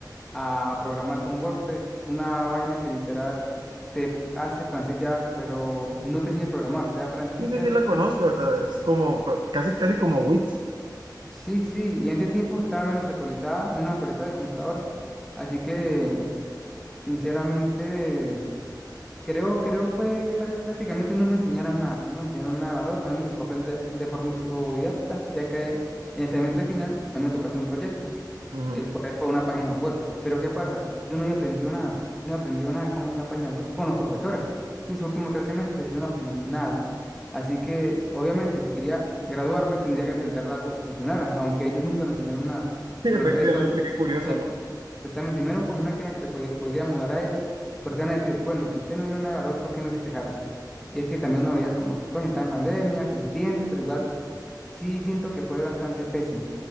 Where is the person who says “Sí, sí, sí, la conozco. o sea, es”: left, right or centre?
Right